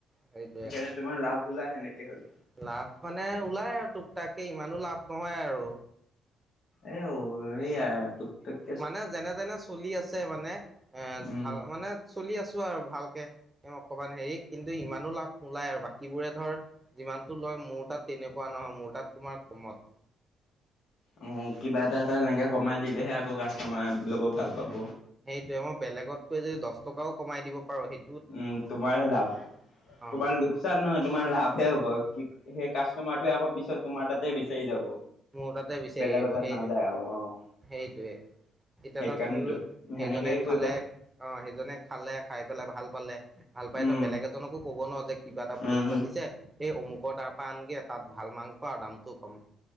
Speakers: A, on the right; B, on the left.
A: সেইটোয়ে
B: সেইকাৰণে তোমাৰ লাভ ওলাই সেনেকে হ'লো।
A: লাভ মানে ওলাই আৰু টোক টাককে ইমানো লাভ নহয় আৰু।
B: এই ঔ সেইয়াই টোক টাক -
A: মানে যেনে তেনে চলি আছে মানে এ
B: উম।
A: ভাল মানে চলি আছো আৰু ভালকে। তেউ অকমান হেৰি কিন্তু ইমানো লাভ নোলায় আৰু বাকীবোৰে ধৰ - যিমানটো লয় মোৰ তাত তেনেকুৱা নহয় মোৰ তাত তোমাৰ কমত।
B: উম হু কিবা এটা এটা এনেকে কমাই দিলেহে আকৌ কাষ্টমাৰে লব ভাল পাব।
A: সেইটোৱে মই বেলেগতকৈ যদি দহ টকাও কমাই দিব পাৰো সেই -
B: উম, তোমাৰে লাভ,
A: অ
B: তোমাৰ লোক চান নহয়, তোমাৰ লাভ হে হ'ব। কি সেই কাষ্টমাৰটোৱে আকৌ পিছত তোমাৰ তাতে বিচাৰি যাব।
A: মোৰ তাতে বিচাৰি
B: বেলেগৰ
A: আহিব
B: তাত
A: সেইটোৱে,
B: নাযায় আৰু অ',
A: সেইটোৱে। এতিয়াতো
B: সেইকাৰণেতো
A: সিও
B: সেনেকেই
A: সেইজনে
B: কৰিবা
A: খালে অ সেইজনে খালে খাই পেলাই ভাল পালে - ভাল পাই
B: উম,
A: ধৰ বেলেগ এজনকো ক'ব ন, যে কিবা এটা ভোজ
B: উম।
A: পাতিছে সেই অমুক কৰ তাৰ পৰা আনগে তাত ভাল মাংস আৰু দামটোও কম।